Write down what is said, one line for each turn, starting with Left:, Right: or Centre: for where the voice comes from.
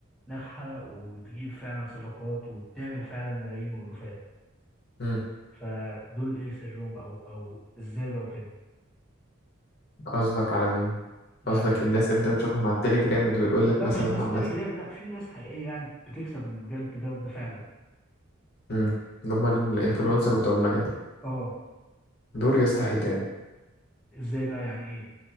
Centre: ناجحة وبتجيب فعلا صفقات وبتعمل فعلا ملايين وألوفات
Left: مم.
Centre: فدول ايه سرهم او او ازاي بقى وكده
Left: قصدك على مين
Centre: يعني
Left: قصدك
Centre: في...
Left: الناس اللي انت بتشوفهم على التليجرام اللي يقول لك
Centre: لا
Left: مثلا
Centre: مش الناس
Left: انا عملت
Centre: تري جرام لا في ناس حقيقية يعني بتكسب من مجال التداول ده فعلا
Left: مم. اللي هم الانفلونسر بتوع المجال
Centre: اه
Left: دول يا اسطى حيتان
Centre: ازاي بقى يعني ايه